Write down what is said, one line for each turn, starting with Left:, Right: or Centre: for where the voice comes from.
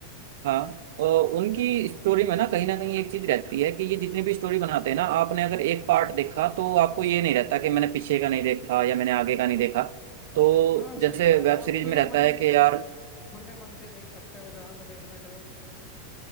Right: हाँ और उनकी स्टोरी में ना कहीं ना कहीं एक चीज रहती है कि ये जितनी भी स्टोरी बनाते हैं ना आपने अगर एक पार्ट देखा तो आपको ये नहीं रहता कि मैंने पीछे का नहीं देखा या मैंने आगे का नहीं देखा तो
Left: हाँ सही
Right: जैसे
Left: बात
Right: वेब
Left: है आप
Right: सीरीज
Left: फ्री
Right: में रहता
Left: माइंड
Right: है कि
Left: से
Right: यार
Left: खुले मन से देख सकते हो जहां से देखना चाहो